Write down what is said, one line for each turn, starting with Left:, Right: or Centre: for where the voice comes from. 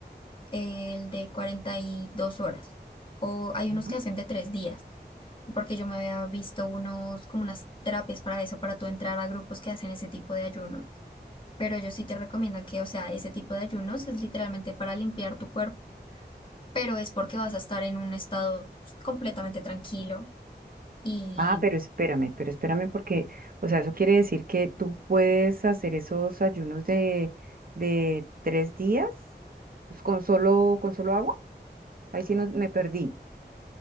Left: el de 42 horas, o hay unos
Right: ajá.
Left: que hacen de tres días. Porque yo me había visto unos, como unas terapias para eso, para tú entrar a grupos que hacen ese tipo de ayunos. Pero ellos sí te recomiendan que, o sea, ese tipo de ayunos es literalmente para limpiar tu cuerpo pero es porque vas a estar en un estado completamente tranquilo. Y
Right: Ah, pero espérame, pero espérame porque, o sea, eso quiere decir que tú puedes hacer esos ayunos de, de tres días pues, con solo, con solo agua. Ahí sí no, me perdí.